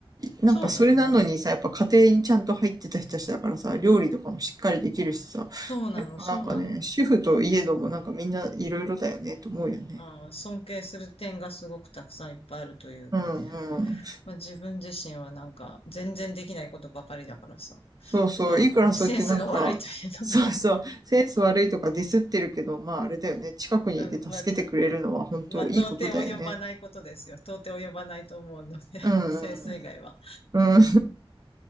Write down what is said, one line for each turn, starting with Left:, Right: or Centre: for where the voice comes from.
Right: う、なんかそれなのにさ、
Left: そうだね。
Right: やっぱ家庭にちゃんと入ってた人たちだからさ、料理とかもしっかりできるしさ、
Left: そうなの、
Right: なんかね、
Left: そうなの。
Right: 主婦といえどもなんかみんないろいろだよね、と思うよね。
Left: うん、尊敬する点がすごくたくさんいっぱいあるというかね。
Right: うんうん。
Left: まあ、自分自身はなんか全然できないことばかりだからさ。
Right: そうそう。
Left: まあ、
Right: いくらそうやってなんか、
Left: ねセンスが悪いといえども、
Right: そうそう。センス悪いとかディスってるけど、まああれだよね。近くにいて助けてくれるのは本当いいことだよね。
Left: うんまあ、まあ、到底及ばないことですよ。到底及ばないと思うので、<laughs>
Right: うんうん。
Left: センス以外は。
Right: うん。